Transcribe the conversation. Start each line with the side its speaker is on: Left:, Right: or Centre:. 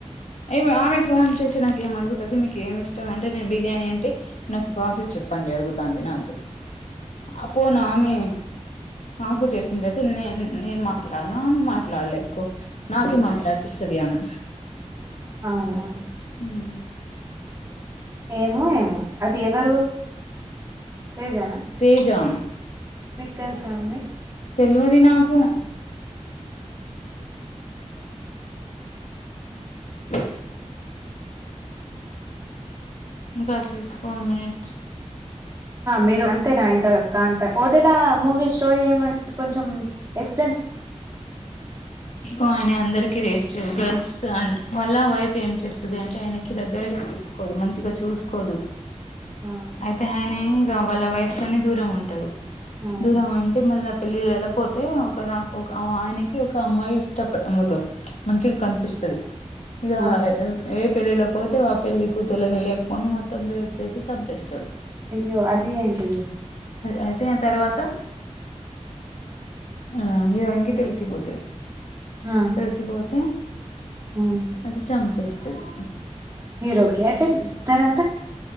Left: ఏమి ఆమె ఫోన్ చేసి నాక ఏం అడుగుతుది మీకు ఏమి ఇష్టం అంటే నేను బిర్యానీ అంటే నాకు ప్రాసెస్ చెప్పండి అడుగుతుంది నాకే ఆ ఫోన్ ఆమె మాకు చేసిందే నేను మాట్లాడాల ఆమె మాట్లాడలే ఎక్కువ నాక మాట్లాడిపిస్తది ఆమె
Right: అవునా
Left: హ్మ్
Right: ఏమో ఏమో అది ఎవరు తేజానా
Left: తేజా
Right: మీకు తెలుసా అమ్మే
Left: తెలివది నాకు
Right: ఆ
Left: బ కాసి ఫర్ మనిట్స్
Right: మీరు అంతేనా ఇంకా కాంత వదెలా మూవీ స్టోరీ ఏమంటే కొంచెం ఎక్స్
Left: ఇకు అనే అందరికి రేఫ గర్ల్స్ అంట వాళ్ళ వైఫ్ ఏం చేస్తుంది అంటే ఆయనకి దగ్గరగా తీసుకోదు మంచిగా చూసుకోదు
Right: ఆ
Left: అయితే ఆయన ఇక వాళ్ళ వైఫ్ కొని దూరం ఉంటు
Right: ఆ
Left: దూరం అంటే మళ్ళీ పెళ్ళిళ్లలా పోతే ఒక నాకు ఆయనకి ఒక అమ్మాయి ఇష్టపదు మంచిగా కనిపిస్తది ఇగా
Right: ఆ
Left: ఏ పెళ్లిలకు పోతే వా పెళ్ళలి కూతుర్రుని లేపుకొని మొత్తం రేపు చేసి చంపేస్తాడు
Right: అయ్యో అది ఏంటది
Left: అయితే ఆ తర్వాత ఆ హీరోయిన్ కి తెలిసిపోతది
Right: ఆ
Left: తెలిసిపోతే
Right: ఉమ్
Left: అది చంపేస్తది
Right: హీరోకి అయితే తర్వాత